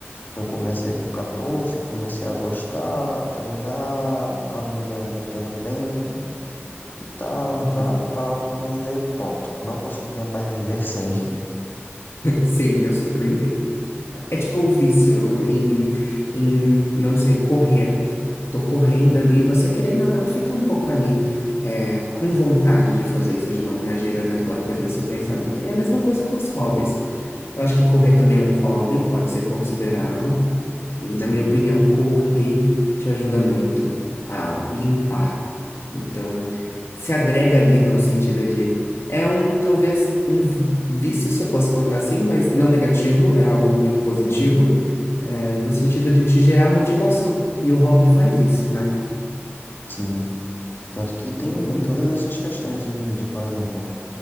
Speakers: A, on the left; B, on the left.
A: Eu comecei com 14, comecei a gostar, treinar, acabei me alimentando bem e tal,
B: <laughs>
A: tal, tal. Quando eu vê, pronto, não conseguia mais viver sem.
B: Sim, eu super entendo. É tipo o vício em, em, não sei, correr. tô correndo
A: <laughs> Sim,
B: ali, você querendo ou não, fica um pouco ali é, com vontade de fazer isso de novo, né? Gerando aquela coisa no seu pensamento. E é a mesma coisa com os hobbies. Eu acho que correr também é um hobby, pode ser considerado. E, na
A: sim,
B: minha opinião, correr te ajuda muito a limpar. Então, se agrega ali no sentido de. É um, talvez, um vi- vício, se eu posso colocar assim, mas não negativo, é algo muito positivo,
A: sim.
B: é, no sentido de te gerar motivação. E o hobby faz isso, né?
A: sim. Tanto que tem
B: Muito legal.
A: todas essas questões de, de, por exemplo.